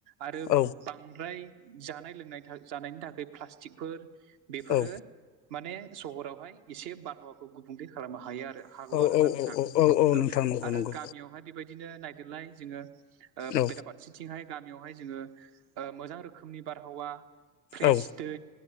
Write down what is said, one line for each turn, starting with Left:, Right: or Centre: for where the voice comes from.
Right: आरो
Left: औ
Right: बांद्राय जानाय लोंनाय जानायनि थाखाय प्लास्टिकफोर बेफोरो
Left: औ
Right: माने सहरावहाय एसे बारहावाखौ गुबुंले खालामनो हायो आरो हागौ
Left: औ
Right: आरो
Left: औ
Right: नोंथां
Left: औ औ नोंथां नंगौ
Right: आरो
Left: नंगौ
Right: गामियावहाय बेबायदिनो नायदेरलाय जोङो
Left: औ
Right: पटापा खासेथिंहाय गामियावहाय जोङो मोजां रोखोमनि बारहावा फ्रेस
Left: औ
Right: दै